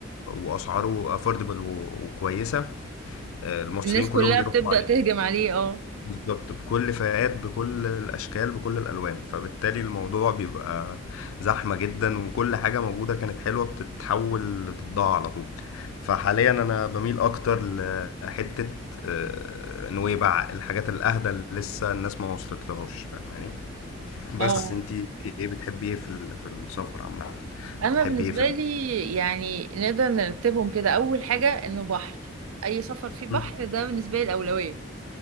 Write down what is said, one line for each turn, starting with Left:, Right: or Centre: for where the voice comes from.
Left: واسعاره افوردبل وكويسه آه، المصريين
Right: الناس
Left: كلهم
Right: كلها
Left: بيروحوا
Right: بتبدأ
Left: عليه
Right: تهجم عليه اه
Left: بالظبط بكل فئات بكل الأشكال بكل الألوان فبالتالي الموضوع بيبقى زحمة جدا وكل حاجة موجودة كانت حلوة بتتحول لتضاع على طول فحاليا أنا بميل أكتر لحتة آه، نويبع الحاجات الأهدى اللي لسه الناس ما وصلت لهاش فاهماني بس
Right: اه
Left: انتي ايه بتحبي ايه في ال- في السفر عامة
Right: انا
Left: أو بتحبي
Right: بالنسبه
Left: ايه في ال...
Right: لي يعني نقدر نرتبهم كده اول حاجه انه بحر اي سفر فيه بحر
Left: مم.
Right: ده بالنسبه لي الاولويه